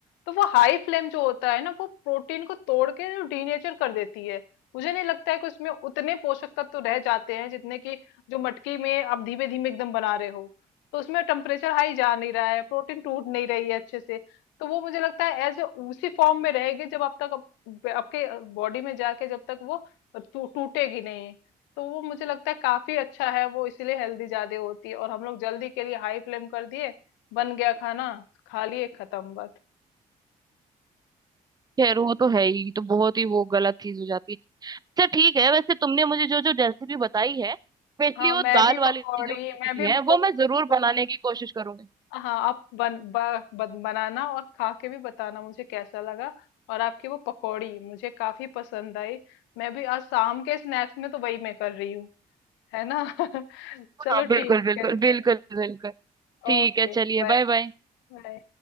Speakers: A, on the left; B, on the right.
A: तो वो हाई फ्लेम जो होता है ना वो प्रोटीन को तोड़ के डीनेचर कर देती है मुझे नहीं लगता है कि उसमें उतने पोषक तत्व तो रह जाते हैं जितने कि जो मटकी में आप धीमे धीमे एकदम बना रहे हो तो उसमें टेम्परेचर हाई जा नहीं रहा है प्रोटीन टूट नहीं रही है अच्छे से तो वो मुझे लगता है एज उसी फॉर्म में रहेगी जब आप तक आप- आपके बॉडी में जाके जब तक वो टू- टूटेगी नहीं तो वो मुझे लगता है काफी अच्छा है वो इसीलिए हेल्दी ज्यादा होती है और हम लोग जल्दी के लिए हाई फ्लेम कर दिए बन गया खाना खा लिए खत्म बात
B: खैर वो तो है ही तो बहुत ही वो गलत चीज हो जाती है अच्छा ठीक है वैसे तुमने मुझे जो जो रेसिपी बताई है स्पेशली
A: हाँ
B: वो
A: मैं
B: दाल
A: भी
B: वाली
A: पकौड़ी
B: जो रेसिपी
A: मैं भी
B: है
A: पो,
B: वो
A: पो,
B: मैं जरूर बनाने की कोशिश करूंगी
A: हाँ आप बन, ब, बन, बनाना और खा के भी बताना मुझे कैसा लगा और आपकी वो पकौड़ी मुझे काफी पसंद आई मैं भी आज शाम के स्नैक्स में तो वही मैं कर रही हूँ है ना <laughs> चलो
B: हाँ बिल्कुल
A: ठीक
B: बिल्कुल
A: है
B: बिल्कुल बिल्कुल ठीक
A: Okay
B: है चलिए
A: bye
B: बाय बाय
A: बाय